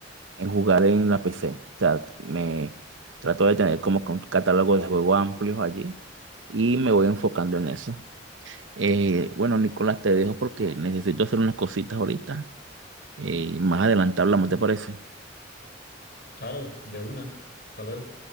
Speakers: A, on the right; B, on the left.
A: en jugar en la PC. O sea, me trato de tener como que un catálogo de juegos amplios allí y me voy enfocando en eso. Eh, bueno, Nicolás, te dejo porque necesito hacer unas cositas ahorita eh, y más adelante hablamos, ¿te parece?
B: Claro, de una. Hasta luego.